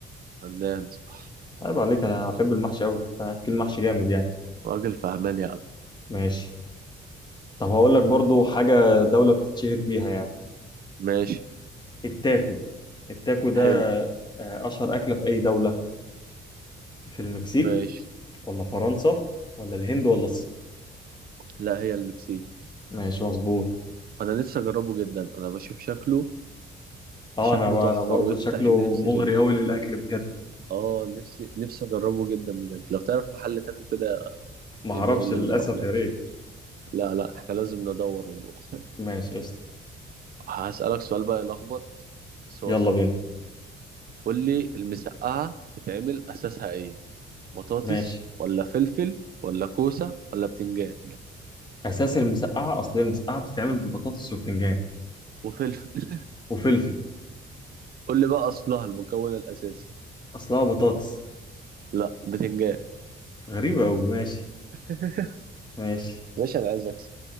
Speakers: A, on the right; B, on the left.
A: فنان صح
B: عيب عليك انا احب المحشي قوي اكل محشي جامد يعني
A: راجل فهمان يا عم
B: ماشي طب هقول لك برضو حاجة دولة بتتشهر بيها يعني
A: ماشي
B: التاكو التاكو ده
A: حلو
B: آه، أشهر أكلة في أي دولة في المكسيك
A: ماشي
B: ولا فرنسا ولا الهند ولا الصين
A: لا هي المكسيك
B: ماشي مظبوط
A: انا نفسي اجربه جدا انا بشوف شكله
B: اه
A: شكله
B: انا بقى
A: تحفه
B: انا برضو
A: ويفتح
B: شكله
A: النفس
B: مغري
A: كده
B: قوي للاكل بجد
A: اه نفسي نفسي اجربه جدا بجد لو تعرف محل تاكو كده
B: ما اعرفش
A: يبقى قول
B: للاسف
A: لي ونروح ناكل
B: يا ريت
A: لا لا احنا لازم ندور ونروح <laughs>
B: ماشي قشطه
A: هسألك سؤال بقى يلخبط بس هو
B: يلا
A: سهل
B: بينا
A: قول لي المسقعة تتعمل أساسها إيه؟ بطاطس
B: ماشي
A: ولا فلفل ولا كوسة ولا بتنجان؟
B: اساس المسقعه اصل هي المسقعه بتتعمل ببطاطس وبتنجان
A: وفلفل <laughs>
B: وفلفل
A: قول لي بقى أصلها المكون الأساسي
B: اصلها بطاطس
A: لا بتنجان
B: غريبه قوي ماشي
A: <laughs>
B: ماشي
A: ماشي أنا عايز أكسب